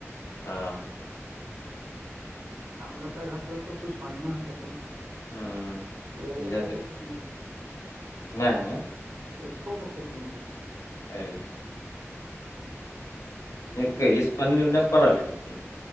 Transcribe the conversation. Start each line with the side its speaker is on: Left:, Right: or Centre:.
Left: ہاں ہاں
Right: ہم لوگ کا گھر طرف تو کچھ پانیوں ہے کھٹ میں
Left: ہوں
Right: ادھر اپ
Left: جد
Right: کو کھنے ہے
Left: نہیں ہے ن
Right: ایک ب کتنےم
Left: خیری اچا
Right: ہم کو
Left: کہیے سے پانی نہیں پڑا ہے کہ